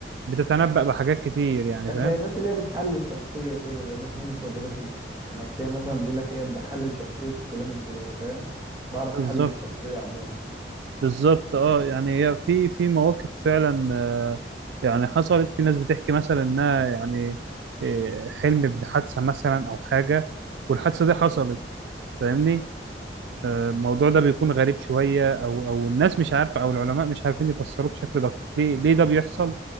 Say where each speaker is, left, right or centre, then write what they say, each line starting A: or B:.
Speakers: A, on the right (about 75°); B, on the right (about 20°).
A: بتتنبأ بحاجات كتير يعني فاهم
B: زي الناس اللي هي بتحلل الشخصية كده زي الناس اللي هم بتوع الدكاترة النفسية مثلا بيقول لك ايه انا بحلل شخصية فلان الفلاني فاهم بعرف
A: بالظبط
B: احلل الشخصية عموما
A: بالظبط اه يعني هي في في مواقف فعلا آه، يعني حصلت في ناس بتحكي مثلا انها يعني آه، حلمت بحادثه مثلا او حاجه والحادثه دي حصلت فاهمني الموضوع ده بيكون غريب شوية أو أو الناس مش عارفة أو العلماء مش عارفين يفسروه بشكل دقيق ليه ليه ده بيحصل؟